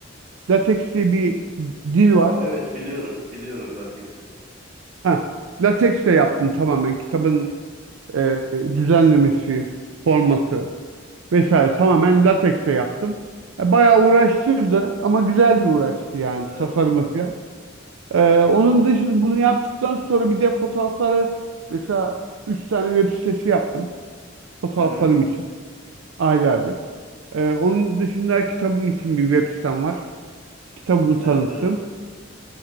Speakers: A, on the right (about 80°); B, on the right (about 35°).
A: LaTeX diye bir dil
B: Aa
A: var.
B: evet biliyorum, biliyorum lateksi.
A: Ha, LaTeX ile yaptım tamamen kitabın e, düzenlemesi, formatı
B: Hı
A: vesaire
B: hı.
A: tamamen LaTeX ile yaptım. E, bayağı uğraştırdı ama güzel bir uğraştı yani
B: Evet.
A: tasarımı filan. Ee, onun dışında bunu yaptıktan sonra bir de fotoğrafları mesela 3 tane web sitesi yaptım. Fotoğraflarım
B: Hı hı.
A: için ayrı ayrı. Ee, onun dışında kitabım için bir web sitem var. Kitabımı
B: Evet
A: tanıttım.
B: hocam.